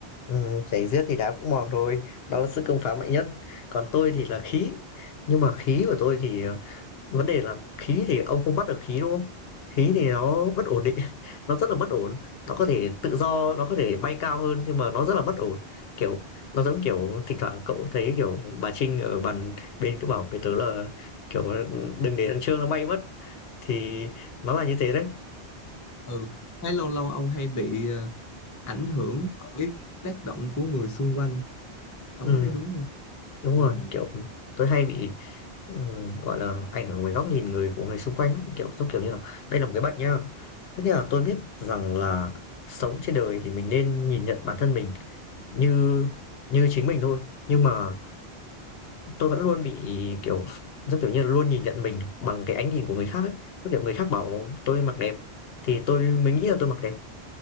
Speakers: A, on the left; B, on the left.
A: ừ, chảy giết thì đá cũng mòn thôi đó là sức công phá mạnh nhất còn tôi thì là khí nhưng mà khí của tôi thì uh, Vấn đề là khí thì ông không bắt được khí, đúng không? Khí thì nó bất ổn định, <laughs> nó rất là bất ổn, nó có thể tự do, nó có thể bay cao hơn nhưng mà nó rất là bất ổn. Kiểu, nó giống kiểu thỉnh thoảng cậu thấy, kiểu, bà Trinh ở bàn bên cứ bảo với tớ là, kiểu, "Đừng để thằng Trương nó bay mất." Thì nó là như thế đấy.
B: ừ thấy lâu lâu ông hay bị ờ, ảnh hưởng bởi tác động của người xung quanh ông
A: Ừm,
B: có thấy đúng không
A: đúng
B: ừ.
A: rồi, kiểu, tôi hay bị, ừm, gọi là, ảnh hưởng bởi góc nhìn người của người xung quanh lắm, kiểu, giống kiểu như là, đây là một cái bệnh nhá. Tức nghĩa là tôi biết rằng là sống trên đời thì mình nên nhìn nhận bản thân mình. như như chính mình thôi nhưng mà tôi vẫn luôn bị kiểu rất kiểu như là luôn nhìn nhận mình bằng cái ánh nhìn của người khác ấy rất kiểu người khác bảo tôi mặc đẹp thì tôi mới nghĩ là tôi mặc đẹp